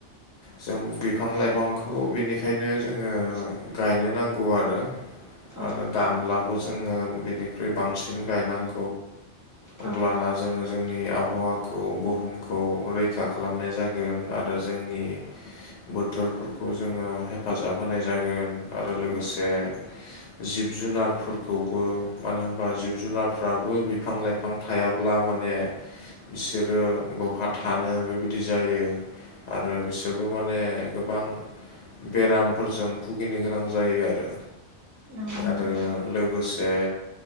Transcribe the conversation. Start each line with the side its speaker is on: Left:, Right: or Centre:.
Left: जों बिफां लाइफां बे खौ बेनिखायनो जोङो गायनो नांगौ आरो
Right: औ
Left: आरो दानब्ला ज बिनिख्रुइ बांसिन गनांग अब्लाना
Right: औ
Left: जोङो जोंनि आबहावाखौ बुहुमखौ रैखा खालामनाय जागोन। आरो जोंनि बोथोरफोरखौ जोङो हेफाजाब होनाय जागोन। आरो लोगोसे।
Right: औ
Left: जिब जुनारफोरखौबो मानो होनबा जिब जुनारफ्राबो बिफां-लाइफां थायाब्ला माने बिसोरो बहा थानो बेबायदि जायो आरो बिसोरबो माने गोबां। बेरामफोरजों भुगिनो गोनां जायो आरो
Right: नंगौ नंगौ
Left: आरो लोगोस ओ